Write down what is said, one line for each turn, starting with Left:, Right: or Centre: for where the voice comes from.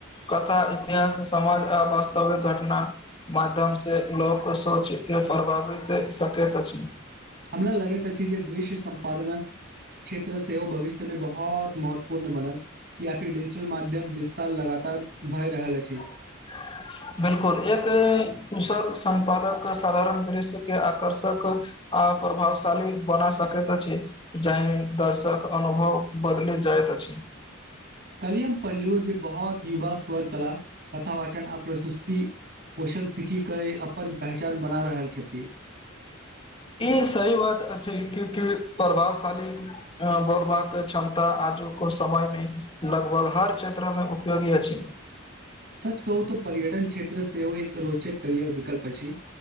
Left: कथा इतिहास समाज आ वास्तव घटना माध्यम से लोक सोच के प्रभावित सकैत अछि
Right: हमरा लगैत अछि जे दृश्य सम्पादनक क्षेत्र सेहो ओ भविष्यमे बहुत महत्वपूर्ण बनत कि आखिर डिजिटल माध्यम विस्तार लगात र भए रहल अछि
Left: <inaudible> बिल्कुल एक कुशल संपादक साधारण दृश्य के आकर्षक आ प्रभावशाली बना सकैत अछि जहि दर्शक अनुभव बदले जा जाइत अछि
Right: कलियम पढ़लु जे बहुत युवा स्वर कला कथा वाचन आ प्रसुति कौशल सिकखी कऽ अपन पहचान बना रहल छथिन
Left: ई सह बात छै क प्रभावशाली बोलबाक क्षमता आ लोको समय मे लगभग हर क्षेत्र मे उपयोगी अछि
Right: सच कहू त पर्यटन क्षेत्र से ओ एक रोचित करियर विकल्प छी